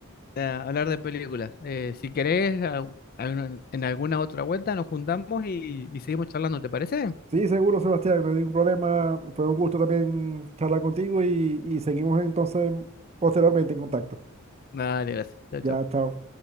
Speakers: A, on the left; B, on the right.
A: eh, hablar de películas. Eh, si querés, a- a una- en alguna otra vuelta nos juntamos y, y seguimos charlando, ¿te parece?
B: sí, seguro, Sebastián, no hay ningún problema. Fue un gusto también charlar contigo y, y seguimos entonces posteriormente en contacto.
A: Dale, gracias. Chao,
B: Ya,
A: chao.
B: chao.